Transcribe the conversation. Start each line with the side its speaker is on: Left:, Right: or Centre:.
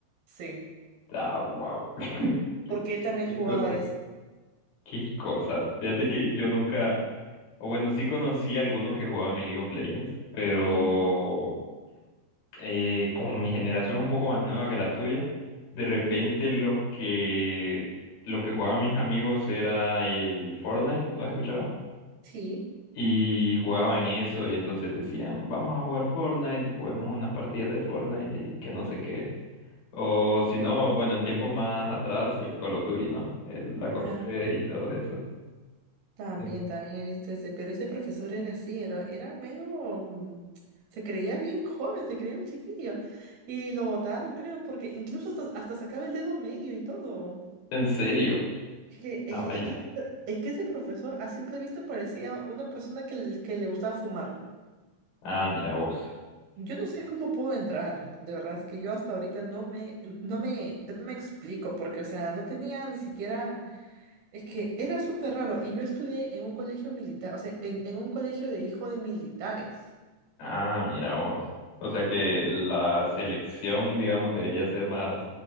Right: sí,
Left: Ah, wow. <laughs>
Right: porque él también
Left: Qué
Right: jugaba
Left: cosas,
Right: eso.
Left: qué cosas. Fíjate que yo nunca, o bueno, sí conocí a algunos que jugaban en League of Legends, pero
Right: Ujú,
Left: eh, como mi generación un poco más nueva que la tuya, de
Right: ujú,
Left: repente los que lo que jugaban mis amigos era el Fortnite, ¿lo has escuchado?
Right: Sí.
Left: Y jugaban eso y entonces decían, vamos a jugar Fortnite, juguemos unas partidas de Fortnite y que no sé qué. O si no, bueno, en tiempos más atrás, el Call of Duty, ¿no? El Black Ops
Right: ajá.
Left: tres y todo eso.
Right: También,
Left: En-
Right: también he visto ese, pero ese profesor era así, era, era medio, mm, se creía bien joven, se creía un chiquillo. Y lo botaron, creo, porque incluso hasta, hasta sacaba el dedo medio y todo.
Left: ¿En serio?
Right: Es que, es,
Left: Ah, vaya.
Right: es que, ese pro- es que ese profesor a simple vista parecía una persona que, le- que le gustaba fumar.
Left: Ah, mira vos.
Right: Yo no sé cómo pudo entrar, de verdad, es que yo hasta ahorita no me, no me, no me explico, porque, o sea, no tenía ni siquiera... Es que era súper raro y yo estudié en un colegio militar, o sea, en, en un colegio de hijo de militares.
Left: Ah, mira vos. O sea que la selección, digamos, debería ser más